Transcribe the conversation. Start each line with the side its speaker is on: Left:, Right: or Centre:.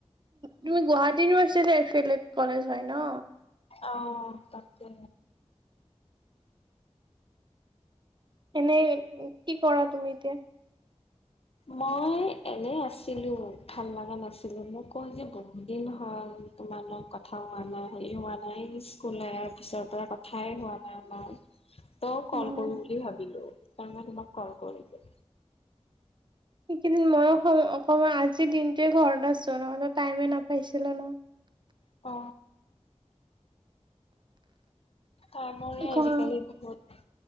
Right: তুমি গুৱাহাটী ইউাৰ ফড কলেজ হয় ন
Left: অ তাকে
Right: এনেই কি কৰা তুমি এতিয়া
Left: মই এনে আছিলো ভাল লগা নাছিলো মোক কওঁ যে বহুত দিন হল তোমাৰ লগ কথা হোৱা নাই হেৰি হোৱা নাই স্কুল আৰু পিছৰ পৰা কথাই হোৱা নাই আমাৰ তই কল
Right: উম
Left: কৰম বুলি ভাবিলো। ত মাক কলক ল
Right: সেইকেইদিন ময়ো অকমান আজিৰ দিনটোোৱে ঘৰত আছো ন ত টাইমে নাপাইছিলো ন
Left: অ তাৰ মৰে আজিকালি
Right: ঘৰ
Left: বহুত